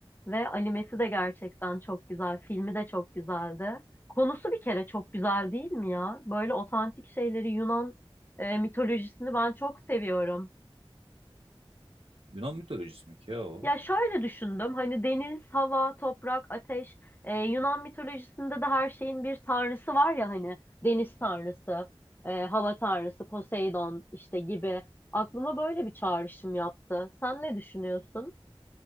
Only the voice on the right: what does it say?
Yunan mitolojisi mi ki ya o?